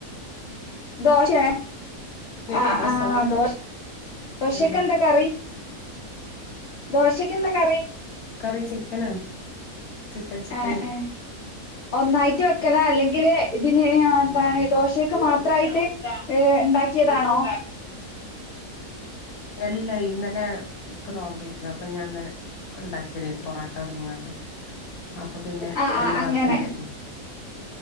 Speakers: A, on the left; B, on the left.
A: ദോശ
B: കേക്കണി
A: ആ
B: ദോശ
A: ആ ദോശ് ദോശക്കെ
B: ഉം
A: ന്താ കറി ദോശക്ക് എന്താ കറി
B: കറി ചിക്കനാണ് ചിക്കൻ ചിക്കന്
A: എ ഏ ഒന്നായിട്ട് വെക്കല അല്ലെങ്കില് ഇതില് ആ ന്താണ് ദോശക്ക് മാത്രയിട്ട് ണ്ടാക്കിയതാണോ?
B: ല്ല ഇന്നലെ ഇക്ക് നോമ്പേരുന്നു അപ്പൊ ഞാൻന്നലെ ക്ണ്ടാക്ക്യതേന്നു പൊറോട്ടോണ്ട്ങ്ങാൻത്തു അപ്പൊ പിന്നെ
A: ആഹ്
B: അയിന്റെ
A: ആഹ് അങ്ങനെ
B: ബാക്കിണ്ടായിരുന്നു